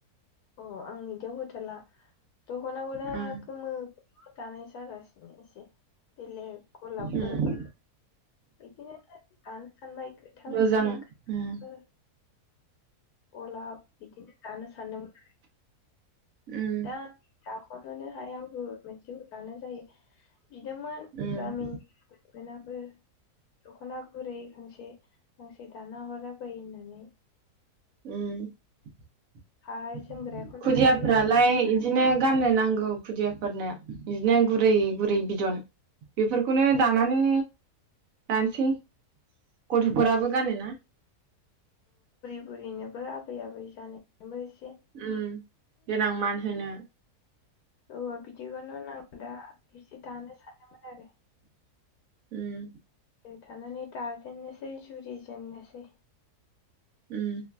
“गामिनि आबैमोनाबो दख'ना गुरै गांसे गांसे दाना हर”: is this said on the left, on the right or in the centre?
Left